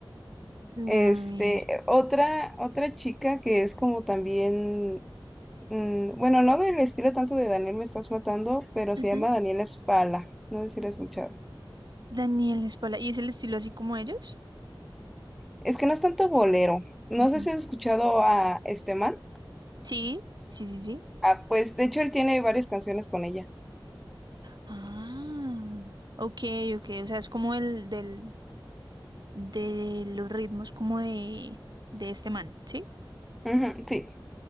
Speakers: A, on the right; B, in the centre.
A: A
B: Este,
A: ver.
B: otra, otra chica que es como también, mm, bueno, no del estilo tanto de Daniel Me Estás Matando, pero se
A: Ujú.
B: llama Daniela Spala. No sé si la has escuchado.
A: Daniel Espala. ¿Y es el estilo así como ellos?
B: Es que no es tanto bolero. No
A: Ujú.
B: sé si has escuchado a este man.
A: Sí, sí, sí, sí.
B: Ah, pues de hecho él tiene varias canciones con ella.
A: Ah, ok, ok. O sea, es como el del, de los ritmos como de, de este man, ¿sí?
B: Ujú, sí,